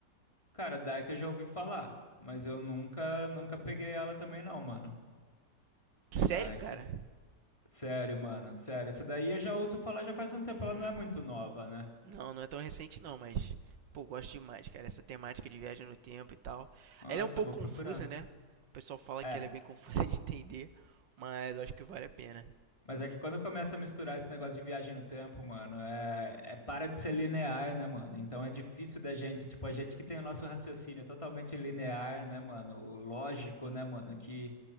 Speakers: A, on the left (about 15°); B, on the right (about 85°).
A: Cara, Dark eu já ouvi falar, mas eu nunca, nunca peguei ela também não, mano.
B: Sério,
A: Dark.
B: cara?
A: Sério, mano, sério. Essa daí eu já ouço falar já faz um tempo,
B: Hum.
A: ela não é muito nova, né?
B: Não, não é tão recente não, mas pô, gosto demais, cara, essa temática de viagem no tempo e tal.
A: Nossa,
B: Ela é um pouco
A: eu vou procurar.
B: confusa, né? O pessoal fala
A: É,
B: que ela é bem confusa <laughs> de entender, mas eu acho que vale a pena.
A: mas é que quando começa a misturar esse negócio de viagem no tempo, mano, é, é para de ser linear, né, mano? Então é difícil da gente, tipo, a gente que tem o nosso raciocínio totalmente linear, né, mano? O lógico, né, mano? Que